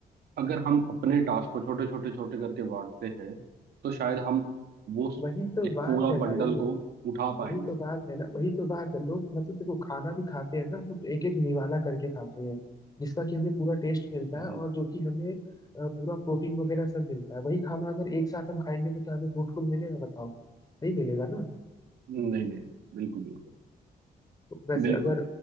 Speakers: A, on the right; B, on the left.
A: अगर हम अपने टास्क को छोटे छोटे छोटे करके बांटते हैं तो शायद हम वो स-
B: वही तो
A: एक
B: बात
A: पूरा
B: है भाई
A: बंडल को उठा पाएंगे
B: वही तो बात है ना वही तो बात है लोग मतलब देखो खाना भी खाते हैं ना वो एक एक निवाला करके खाते हैं जिसका कि हमें पूरा टेस्ट मिलता
A: हम्म।
B: है और जो कि हमें अ, पूरा प्रोटीन वगैरह सब मिलता है वही खाना अगर एक साथ हम खाएंगे तो क्या हमें फ्रूटफुल मिलेगा बताओ नहीं मिलेगा ना
A: नहीं नहीं बिल्कुल बिल्कुल
B: तो वैसे
A: बिल्कुल
B: अगर